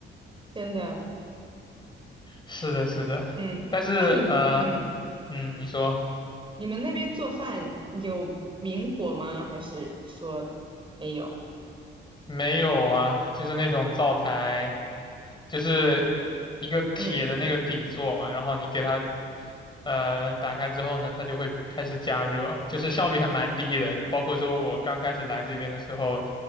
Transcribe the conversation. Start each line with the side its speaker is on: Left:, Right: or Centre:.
Right: 真的。
Left: 是的，是的，
Right: 嗯，
Left: 但是呃，
Right: 那你嗯，
Left: 嗯，你说。
Right: 你们那边做饭有明火吗？还是说没有？
Left: 没有啊，就是那种灶台，就是一个铁的那个底座嘛，
Right: 嗯
Left: 然后你给它呃打开之后呢，它就会开始加热，就是效率还蛮低的。包括说我刚开始来这边的时候，